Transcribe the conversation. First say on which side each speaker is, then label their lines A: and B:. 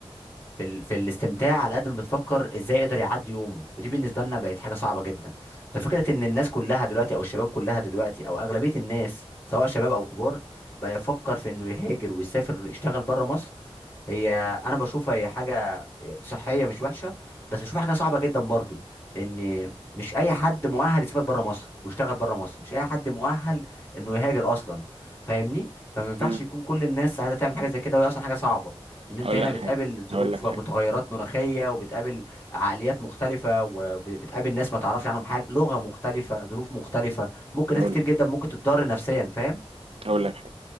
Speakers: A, on the left; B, on the right.
A: في ال... في الاستمتاع على قد ما بتفكر ازاي يقدر يعدي يومه ودي بالنسبه لنا بقت حاجه صعبه جدا ففكره ان الناس كلها دلوقتي او الشباب كلها دلوقتي او اغلبيه الناس سواء شباب او كبار بقى يفكر في انه يهاجر ويسافر يشتغل بره مصر هي انا بشوفها هي حاجه صحيه مش وحشه بس بشوفها حاجه صعبه جدا برضو لان مش اي حد مؤهل يسافر بره مصر ويشتغل بره مصر مش اي حد مؤهل انه يهاجر اصلا فاهمني فما ينفعش
B: مم.
A: يكون كل الناس عايزه تعمل حاجه زي كده وهي اصلا حاجه صعبه لان انت
B: هقول
A: هنا
B: لك
A: بتقابل
B: حاجة
A: ظروف
B: هقول لك حاجة
A: متغيرات مناخيه وبتقابل عقليات مختلفه وبتقابل ناس ما تعرفش عنهم حاجه لغه مختلفه ظروف مختلفه ممكن
B: هقول
A: ناس كتير
B: لك
A: جدا ممكن تتضرر نفسيا فاهم
B: هقول لك حاجه